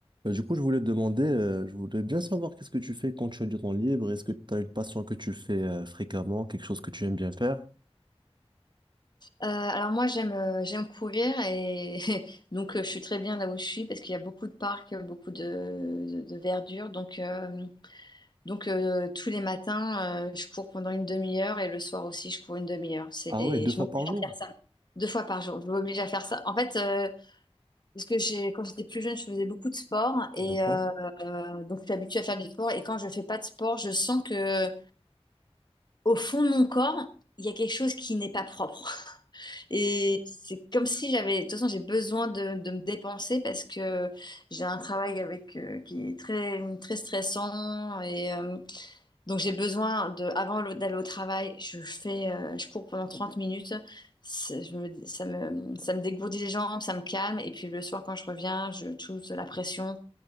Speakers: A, on the right (about 45°); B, on the left (about 45°).
A: Euh, Du coup, je voulais te demander, euh, je voulais bien savoir qu'est-ce que tu fais quand tu as du temps libre. Est-ce que tu as une passion que tu fais euh, fréquemment, quelque chose que tu aimes bien faire?
B: Euh, alors moi j'aime euh, j'aime courir et <laughs> donc euh, je suis très bien là où je suis parce qu'il y a beaucoup de parcs, euh, beaucoup de, de- de verdure. Donc, euh, donc euh, tous les matins euh, je cours pendant une demi-heure et le soir aussi je cours une demi-heure. C'est,
A: Ah ouais, deux
B: je
A: fois
B: m'oblige
A: par jour.
B: à faire ça. Deux fois par jour, je m'oblige à faire ça. En fait, euh, parce que j'ai, quand j'étais plus jeune, je faisais beaucoup de sport et
A: D'accord.
B: euh, euh, donc je suis habituée à faire du sport. Et quand je fais pas de sport, je sens que au fond de mon corps, il y a quelque chose qui n'est pas propre. <laughs> Et c'est comme si j'avais, de toute façon, j'ai besoin de, de me dépenser parce que j'ai un travail avec euh, qui est très très stressant et euh, donc j'ai besoin de, avant le- d'aller au travail, je fais, euh, je cours pendant 30 minutes. C'est- je me- ça me, ça me dégourdit les jambes, ça me calme. Et puis le soir, quand je reviens, je touche la pression.